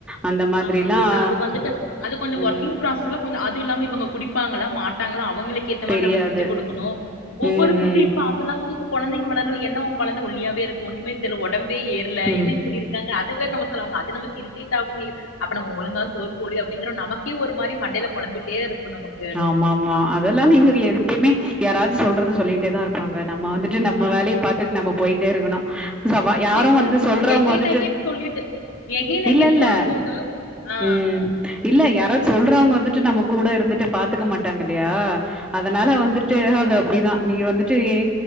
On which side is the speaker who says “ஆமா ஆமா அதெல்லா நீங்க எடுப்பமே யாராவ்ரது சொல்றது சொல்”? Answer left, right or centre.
Centre